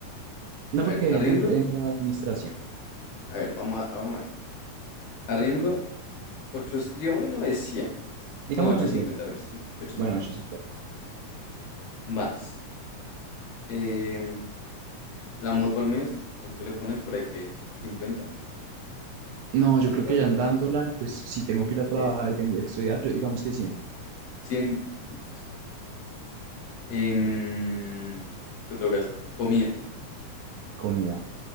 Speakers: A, on the right; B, on the left.
A: No
B: A ver,
A: porque
B: arriendo.
A: dentro, entra administración.
B: A ver, vamos a, vamos a ver. Arriendo, 8. digámosle 900.
A: Digamos
B: No, 850,
A: novecientos
B: cincuenta, 850.
A: listo. Bueno, 850.
B: cincuenta. Más. em, la moto al mes, ¿cuánto le pones por ahí que? cincuenta,
A: No,
B: sesenta,
A: yo creo que
B: setenta?
A: ya andándola, pues si tengo que ir a trabajar,
B: Eso.
A: tengo que ir a estudiar, yo digamos que cien
B: 100. Listo. Em, ¿qué otro gasto? Comida.
A: Comida,